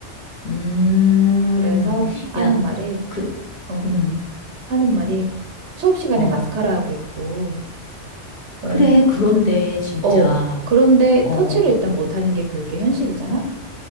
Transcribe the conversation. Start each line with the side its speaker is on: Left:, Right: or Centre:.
Left: 음.
Right: 그래서 하는
Left: 야,
Right: 말이,
Left: 그,
Right: 어,
Left: 음,
Right: 하는 말이 수업 시간에
Left: 어.
Right: 마스카라 하고 있고, 어,
Left: 그래, 그런데, 진짜.
Right: 어. 그런데
Left: 어,
Right: 터치를 일단 못 하는 게 교육의 현실이잖아?